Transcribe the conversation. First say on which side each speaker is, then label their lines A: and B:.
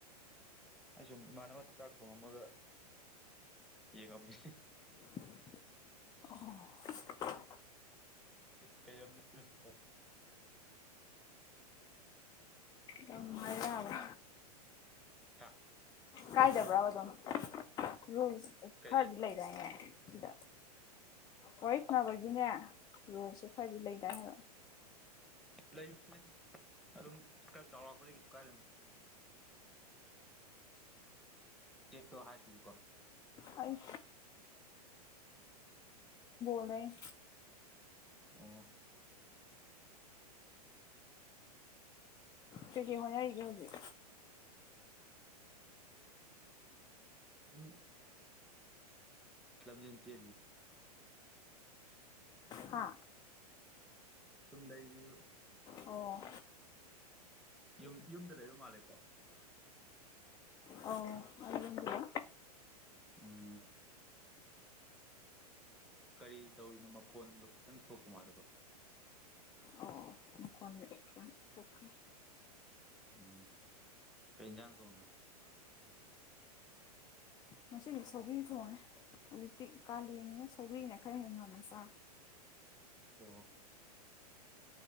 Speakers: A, in the centre; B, on the left (about 20°).
A: ꯑꯩ ꯁꯨꯝ ꯏꯃꯥꯟꯅꯕ ꯆꯥꯛ ꯊꯣꯡꯉꯝꯃꯒ ꯌꯦꯡꯉꯝꯃꯤ
B: ꯑꯣ
A: ꯀꯩ ꯑꯁ
B: ꯌꯥꯝ ꯍꯥꯏꯕ ꯌꯥꯕ꯭ꯔꯥ
A: ꯍꯥ ꯍ
B: ꯀꯥꯏꯗꯕ꯭ꯔꯥꯕ ꯑꯗꯨꯝ ꯔꯨ
A: ꯀꯩ
B: ꯈꯔꯗꯤ
A: ꯍꯥꯏ
B: ꯂꯩꯔꯏꯅꯦ ꯁꯤꯗ ꯋꯥꯣꯏꯁꯅꯥꯕꯒꯤꯅꯦ ꯔꯣꯜꯁꯦ ꯈꯔꯗꯤ ꯂꯩꯗꯥ ꯍꯥꯏꯕ
A: ꯂꯩ ꯑꯗꯨ ꯀ ꯆꯥꯎ ꯀꯁꯨ ꯀꯥꯏ ꯦꯣ ꯍꯥꯏꯥꯏꯖꯀ
B: ꯑꯩ ꯐꯂꯦ
A: ꯑ
B: ꯀꯩꯀꯩ ꯍꯣꯠꯅꯔꯤꯒꯦ ꯍꯧꯖꯤꯛ
A: ꯎ ꯂꯝꯖ ꯀꯦ
B: ꯍꯥ
A: ꯄꯨꯗꯏꯔꯤꯨ
B: ꯑꯣ
A: ꯌꯨꯝ ꯌꯨꯝꯗ ꯂꯩꯕ ꯃꯥꯜꯂꯦꯀꯣ
B: ꯑꯧ ꯑꯩ ꯌꯨꯝꯗ ꯂꯩ
A: ꯑꯝ ꯀꯔꯤ ꯇꯧꯔꯤꯕꯅꯣ ꯃꯈꯣꯟꯗꯣ ꯊꯣꯛꯄ ꯃꯥꯜꯂꯦꯕꯣ
B: ꯑꯧ ꯑꯧ ꯃꯈꯣꯟꯁꯦ ꯈꯤꯇꯪ ꯊꯣꯛꯈ꯭ꯔꯦ
A: ꯎꯝ ꯀꯩ ꯌꯦꯟꯁꯥꯡ ꯊꯣꯡꯉꯤꯅꯣ
B: ꯃꯆꯗꯤ ꯁꯧꯒ꯭ꯔꯤ ꯊꯣꯡꯉꯦ ꯍꯧꯖꯤꯛꯇꯤ ꯀꯥꯂꯅꯤꯅ ꯁꯧꯒ꯭ꯔꯤꯅ ꯈꯔ ꯍꯦ ꯉꯃꯣ ꯁꯥ
A: ꯑꯣ